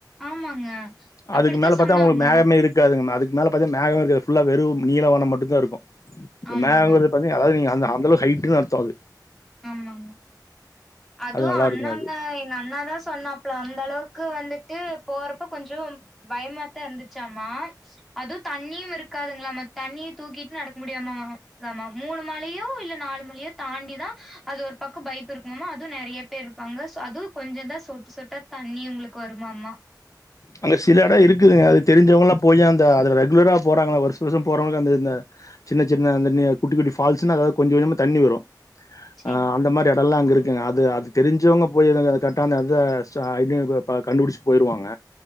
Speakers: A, in the centre; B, on the left (about 50°).
A: ஆமாங்க அப்படித்தா
B: அதுக்கு மேல
A: சொன்னாங்க
B: பாத்தா ஒங்களுக்கு மேகமே இரு க்காதுங்கமா அதுக்கு மேல பாத்தா மேகமே இருக்காது ஃபுல்லா வெறும் நீள வானோ மட்டு தாருக்கு
A: ஆமாங்க
B: மேகோ பாத்தீங்னா அதாவ்து நீங்க அந்த அந்தளவு ஹைட்டுனு அர்த்தோ அது
A: ஆமாங்க அதுவு
B: அது நல்லா
A: அண்ணாங்க
B: இருக்குங்க அது
A: எங்கண்ணாதா சொன்னாப் ப்ல அந்தளவுக்கு வந்துட்டு போறப்போ கொஞ்சோ பய்மாத்தா இருந்துச்சாமா அதுவு தண்ணியும் இருக்காதுங்ளாமா தண்ணிய தூக்கிட்டு நடக்க முடியாமா தாமா மூனு மலையு இல்ல நாலு மலையோ தாண்டிதா அது ஒரு பக்கோ பைப்பிருக்குமாமா அதுவு நெறைய பேர்ருப்பாங்க சோ அதுவு கொஞ்சோ தா சொட்டு சொட்டா தண்ணி உங்ளுக் வருமாமா
B: அங்க சில எடோ இருக்குதுங்க அது தெரிஞ்சவங்கள்லா போயி அந்த அதுல ரெகுலரா போறாங்ளா வர்ஷ வர்ஷோ போறவங்களுக்கு அந்த இந்த சின்ன சின்ன அந்த நீ குட்டி குட்டி ஃபால்ஸுனா அதாது கொஞ்ச கொஞ்சமா தண்ணி வரு
A: சேரிங்க
B: ஆ அந்த மாரி எடோல்லா அங்கருக்குங்க அது அது தெரிஞ்சோங்க போயி <unintelligible> கர்ட்டா அந்தத ச இப்டிங்றக்குள்ள ப கண்டுபுடிச்சு போய்ருவாங்க